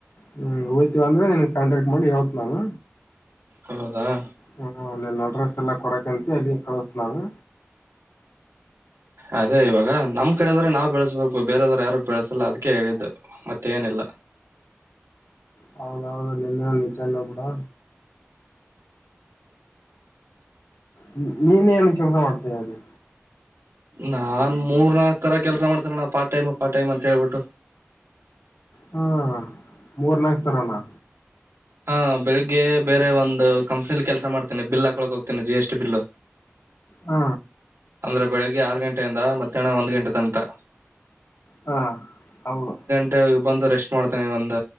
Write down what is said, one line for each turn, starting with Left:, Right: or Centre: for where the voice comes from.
Left: ಹ್ಮ್ ಹೋಯ್ತೀವಿ ಅಂದ್ರೆ ನಿನ್ ಕಾಂಟ್ಯಾಕ್ಟ್ ಮಾಡಿ ಹೇಳ್ತೀನಿ ನಾನು.
Right: ಹೌದಾ
Left: ಹ್ಮ ನಿನ್ ಅಡ್ರೆಸ್ ಎಲ್ಲಾ ಕೊಡಕಂತ ಅಲ್ಲಿ ಕಳಸತಿನಿ ನಾನು.
Right: ಅದೇ ಇವಾಗ ನಮ್ ಕಡೆದವ್ರೆ ನಾವ್ ಬೆಳೆಸ್ಬೇಕು ಬೇರದವ್ರು ಯಾರು ಬೆಳೆಸಲ್ಲ ಅದಕ್ಕೆ ಹೇಳಿದ್ದು. ಮತ್ತೇನಿಲ್ಲ.
Left: ಹ ಹೌದೌದು ನಿನ್ನೆ ನಿಜನೇ ಬಿಡು. ನೀ ನೀನ್ ಏನ್ ಕೆಲಸ ಮಾಡ್ತ್ಯ ಅಲ್ಲೀ.
Right: ನಾನ್ ಮೂರ್ ನಾಕ್ ತರ ಕೆಲಸ ಮಾಡತೇನಣ್ಣ ಪಾರ್ಟ ಟೈಮ್ ಪಾರ್ಟ ಟೈಮ್ ಅಂತ ಹೇಳ್ಬಿಟ್ಟು.
Left: ಹ್ಮ ಮೂರ್ನಾಕ್. ತರನಾ
Right: ಹಾ ಬೆಳಿಗ್ಗೆ ಬೇರೆ ಒಂದು ಕಂಪ್ನಿಲಿ ಕೆಲಸ ಮಾಡ್ತೇನಿ ಬಿಲ್ ಹಾಕಳಕ್ ಹೋಗ್ತನಿ ಜಿ ಎಸ್ ಟಿ ಬಿಲ್.
Left: ಹ
Right: ಅಂದ್ರೆ ಬೆಳಿಗ್ಗೆ ಆರು ಗಂಟೆಯಿಂದ ಮಧ್ಯಾಹ್ನ ಒಂದ್ ಗಂಟೆ ತನಕ.
Left: ಹಾ ಹೌದು.
Right: <unintelligible> ಬಂದು ರೆಸ್ಟ್ ಮಾಡ್ತೇನೆ ಒಂದ